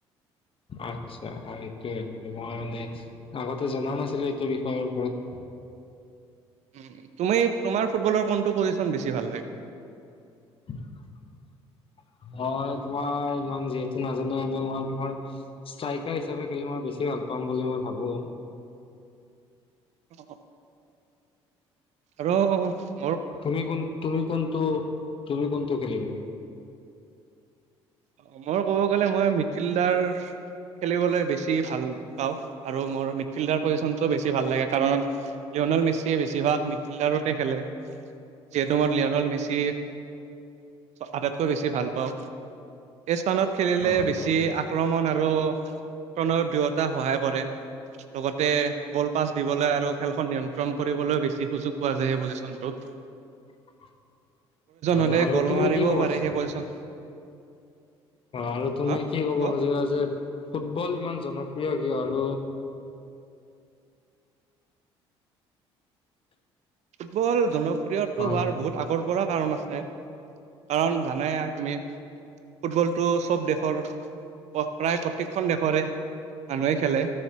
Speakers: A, on the left; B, on the right.
A: আচ্ছা এইটোৱে মই মানে আগতে জনা নাছিলো এইটো বিষয়ৰ ওপৰত <inaudible>
B: উ তুমি তোমাৰ ফুটবলৰ কোনটো পজিশন বেছি ভাল লাগে
A: উ হয় তোমাৰ ইমান যিহেতু নাজানে এনে মই তোমাৰ ষ্ট্ৰাইকাৰ হিচাপে খেলি মই বেছি ভাল পাম বুলি মই ভাবো
B: উ ৰ'
A: তুমি কোন তুমি কোনটো তুমি কোনটো খেলিব
B: অ মই ক'ব গ'লে মই মিডফিল্ডাৰ খেলিবলৈ বেছি ভাল পাওঁ আৰু মোৰ মিড ফিল্ডাৰ পজিচনটো বেছি ভাল লাগে কাৰণ লি'নল্ মেচিয় বেছিভাগ মিডফিল্ডাৰতে খেলে চিয়েডমৰ লিঅ'নল মেচি আটাইতকৈ বেছি ভাল পাওঁ স্থানত খেলিলে
A: হয়
B: বেছি
A: হয়
B: আক্ৰমণ আৰুণ দুয়তা সহায় কৰে লগতে বল পাছ দিবলৈ আৰু খেলখন নিয়ন্ত্ৰণ কৰিবলৈ বেছি সুযোগ পোৱা যায় সেই পজিশনতটোত
A: <inaudible>
B: হ'লে
A: আৰু
B: গ'ল
A: তুমি
B: মাৰিবও
A: কি কবছ
B: পাৰে সেই পজিশন
A: হয় আৰু তুমি
B: হা
A: কি ক'ব
B: ত'
A: খুজিবা যে ফুটবল ইমান জনপ্ৰিয় কিয় আৰু
B: ফুটবল জনপ্ৰিয়তটো
A: হয়
B: হোৱাৰ বহুত আগৰ পৰা কাৰণ আছে কাৰণ জানে তুমি ফুটবলটো চব দেশৰ প্ৰায় প্ৰত্যেকখন দেশৰে মানুহে খেলে